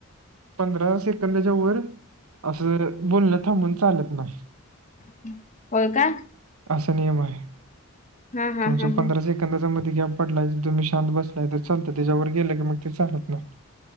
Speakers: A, on the right; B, on the left.
A: पंधरा सेकंदाच्या वर. असं जरं, बोलणं थांबून चालत नस.
B: हं, होय का?
A: अशे नियम आहे.
B: हा हा
A: तुमचे
B: हा
A: पंधरा
B: हा
A: सेकं सेकंदाचा मध्ये गॅप पडलाय, तुम्ही शांत बसलाय, तर चालते. त्याच्यावर गेलं की मग चालत नाही.